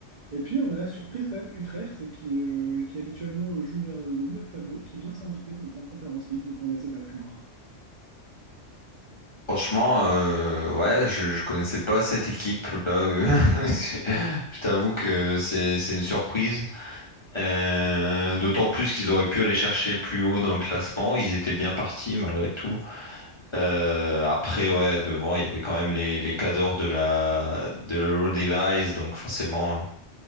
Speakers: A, on the right; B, on the left.
A: Et puis on a la surprise quand même, Utrecht, qui, euh, qui habituellement joue vers le, le milieu de tableau, qui vient s'inviter en, en Conference League devant l'AZ Alkmaar.
B: Franchement, euh, ouais, je, je connaissais pas cette équipe là. euh, <laughs> je je t'avoue que c'est c'est une surprise. Euh, d'autant plus qu'ils auraient pu aller chercher plus haut dans le classement. Ils étaient bien partis malgré tout. Euh, après, ouais, devant, il y avait quand même les les cadors de la de l'Euro Device, donc forcément, euh,